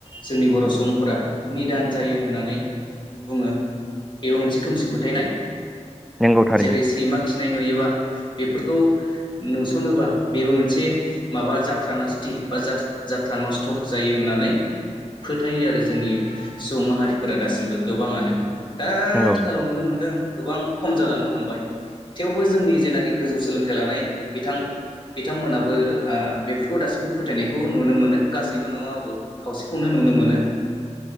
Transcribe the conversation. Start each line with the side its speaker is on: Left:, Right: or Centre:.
Left: जोंनि बर' सुबुंफोरा निदान जायो होननानै बुङो। बेबो मोनसे खोमसि फोथायनाय।
Centre: नंगौ थारैनो
Left: जेरै सैमा खिनाय नुयोबा बेफोरखौ नुस'नोबा बेबो मोनसे माबा जाथ्रा नासथि बा जाथ्रा नस्थ' जायो होननानै फोथायो आरो जोंनि सुबुं माहारिफोरा दासिमबो गोबाङानो। दा
Centre: नंगौ
Left: आथिखालाव
Centre: नंगौ
Left: नुनो मोनदों गोबां खम जालांनो हमबाय थेवबो जोंनि जेना गोजौ सोलोंथाइ लानाय बिथां बिथांमोनाबो ओ बेफोरखौ दासिमबो फोथायनायखौ नुनो मोनो गासैबो नंङाबाबो खावसेखौनो नुनो मोनो